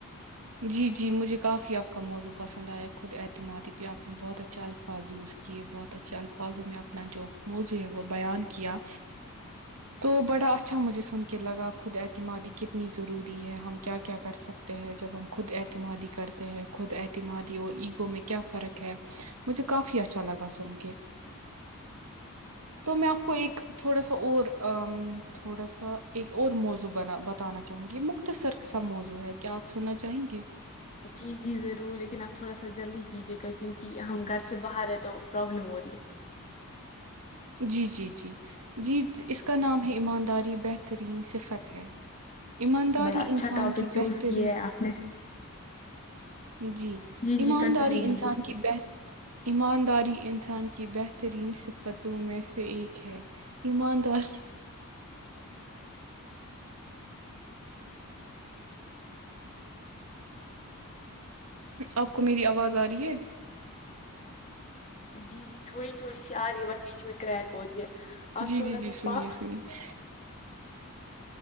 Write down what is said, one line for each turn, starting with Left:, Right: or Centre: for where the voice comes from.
Right: جی جی مجھے کافی آپ کا موضوع پسند آیا خود اعتمادی پہ آپ نے بہت اچھا الفاظ یوز کیے بہت اچھے الفاظوں میں اپنا جو موضوع ہے وہ بیان کیا تو بڑا اچھا مجھے سن کے لگا خود اعتمادی کتنی ضروری ہے ہم کیا کیا کر سک تے ہے جب ہم خود اعتمادی کرتے ہیں خود اعتمادی اور ایگو میں کیا فرق ہے مجھ کافی اچھا لگا سن کہ تو میں آپ کو ایک تھوڑا سا اور تھوڑا سا ایک اور موضوع بنا بتانا چاہوں گی یہ مختصرسا موضوع ہے کیا آپ سنا چاہیں گے
Left: جی جی ضرور لیکن آپ تھوڑا سا جلدی کیجیے گا کیونکہ ہم گھر سے باہر ہیں تو پروابلم ہو رہی ہے
Right: جی جی جی جی اس کا نام ہے ایمانداری بہترین صفت ہے ایمانداری
Left: بڑا اچھا
Right: انسان
Left: ٹاپک
Right: کی
Left: چوز
Right: بہترین
Left: کیا ہے آپ نے
Right: جی ایمانداری
Left: جی کنٹینیو کیجیے
Right: انسان کی بہت ایمانداری انسان کی بہترین صفتوں میں سے ایک ہے ایماندار آپ کو میری آواز آ رہی ہے
Left: جی جی تھوڑی تھوڑی سی آ رہی ہے بٹ بیچ میں کریک ہو رہی ہے اپ
Right: جی،
Left: تھوڑا
Right: جی، جی،
Left: سا
Right: سنیے،
Left: پا
Right: سنیے۔